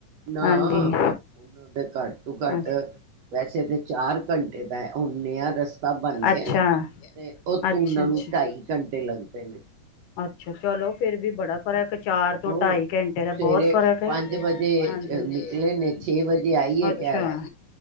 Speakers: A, on the right; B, on the left.
A: ਨਾ
B: ਹਾਂਜੀ
A: ਉਹਨਾਂ ਦੇ ਘੱਟ ਤੋਂ ਘੱਟ
B: ਅੱਛਾ
A: ਵੈਸੇ ਤਾਂ ਚਾਰ ਘੰਟੇ ਦਾ ਉਹਨਹਾ ਰਸਤਾ ਬਣ ਗਿਆ
B: ਅੱਛਾ,
A: ਤੇ ਉੱਥੋਂ
B: ਅੱਛਾ,
A: ਉਹਨਾਂ ਨੂੰ
B: ਅੱਛਾ।
A: ਢਾਈ ਘੰਟੇ ਲੱਗ ਪਏ ਨੇ
B: ਅੱਛਾ ਚਲੋ ਫੇਰ ਵੀ ਬੜਾ ਫਰਕ ਚਾਰ ਤੋਂ
A: ਹੋਰ
B: ਢਾਈ ਘੰਟੇ ਦਾ
A: ਸਵੇਰੇ
B: ਬਹੁਤ ਫਰਕ ਹੈ
A: ਪੰਜ ਵਜੇ
B: ਹਜੀ
A: ਨਿਕਲੇ
B: ਹ
A: ਨੇ ਛੇ ਵਜੇ ਆਈ ਹੈ
B: ਅੱਛਾ
A: ਕੈਬ